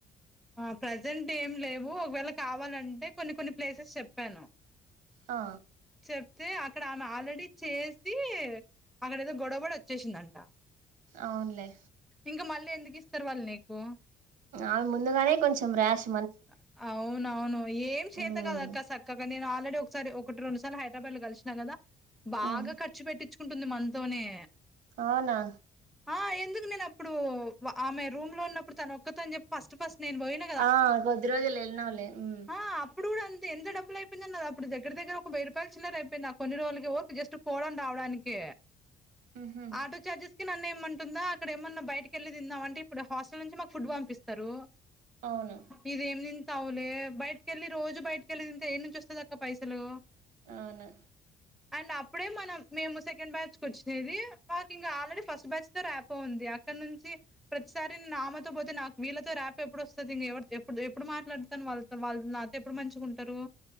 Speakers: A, in the centre; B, on the right (about 85°).
A: ఆ ప్రజెంట్ ఏం లేవు ఒకవేళ కావాలంటే కొన్ని కొన్ని ప్లేసెస్ చెప్పాను
B: ఆ
A: చెప్తే అక్కడ ఆమె ఆల్రెడీ చేసి అక్కడ ఏదో గొడవబడి వచ్చేసిందంట
B: అవునులే
A: ఇంకా మళ్ళీ ఎందుకు ఇస్తరు వాళ్ళు నీకు
B: ఆమె ముందుగానే కొంచం రాష్
A: <unintelligible> అవును అవును ఏం చేత
B: హ్మ్
A: కాదు అక్క సక్కగా నేను ఆల్రెడీ ఒకసారి ఒకటి రెండుసార్లు హైదరాబాద్ లో కలిసిన కదా బాగా
B: హ్మ్
A: ఖర్చు పెట్టించుకుంటుంది మనతోనే
B: అవునా
A: ఆ ఎందుకు నేను అప్పుడు ఆమె రూమ్ లో ఉన్నప్పుడు తన ఒక్కతి అని చెప్పి ఫస్ట్ ఫస్ట్ నేను పోయిన
B: ఆ కొద్దిరోజులు ఎల్లినవులే ఉ
A: ఆ అప్పుడు కూడా అంతే ఎంత డబ్బు అయిపోయిదన్నది దగ్గదగ్గర ఒక వెయ్యి రపాయలు చిల్లర అయింది ఆ కొన్ని రోజులకే జస్ట్ పోవడం రావడానికే
B: ఉహు
A: ఆటో చార్జెస్ ఇక నన్నే ఇవ్వమంటుందా అక్కడ ఏమన్నా బయటికి వేళ్ళి తిందామంటే ఇప్పుడు హాస్టల్ నుంచి మాకు ఫుడ్ పంపిస్తారు
B: అవును
A: ఇది ఏమి తింటావులే బయటకెళ్ళి రోజు బయటకెళ్ళి తింతే ఏడ్నుంచి వస్తాయి అక్క పైసలు
B: అవును
A: అండ్ అప్పుడే మనం మేము సెకండ్ బ్యాచ్కు వచ్చినది మాకు ఇంకా ఆల్రెడీ ఫస్ట్ బ్యాచ్ రాపో ఉంది అక్కడ నుంచి ప్రతిసారి నేను ఆమెతో పోతే నాకు వీళ్ళతో రాపో ఎప్పుడు వస్తుంది నేను ఎవరి ఎప్పుడు మాట్లాడుతాను వాళ్ళతో వాళ్ళ నాతో ఎప్పుడు మంచిగా ఉంటారు